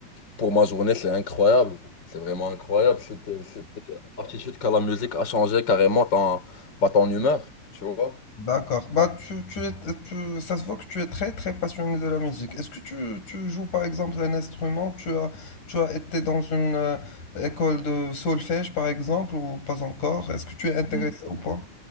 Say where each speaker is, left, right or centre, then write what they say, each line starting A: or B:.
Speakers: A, on the left; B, on the left.
A: pour ma journée. C'est incroyable. C'est vraiment incroyable. Cette, cette aptitude qu'a la musique à changer carrément ton, bah, ton humeur, tu vois.
B: D'accord. Bah, tu, tu es, tu- ça se voit que tu es très très passionné de la musique. Est-ce que tu, tu joues par exemple un instrument? Tu as, tu as été dans une euh, école de solfège par exemple ou pas encore? Est-ce que tu es intéressé
A: Mm.
B: ou pas?